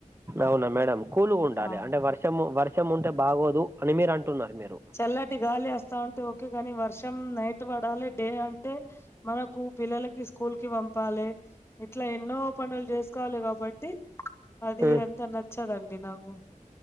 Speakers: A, on the right; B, on the left.
A: అవునా మేడం కూలుగుండాలి
B: ఆ
A: అంటే వర్షము వర్షం ఉంటే బాగోదు అని మీరు అంటున్నారు మీరు.
B: చల్లటి గాలి అస్తావుంటే ఓకె గాని వర్షం నైట్ పడాలి డే అంటే మనకు పిల్లలకి స్కూల్ కి పంపాలి ఇట్ల ఎన్నో పనులు చేసుకోవాలి కాబ టి అది
A: ఉమ్,
B: అంత నచ్చదండి నాకు.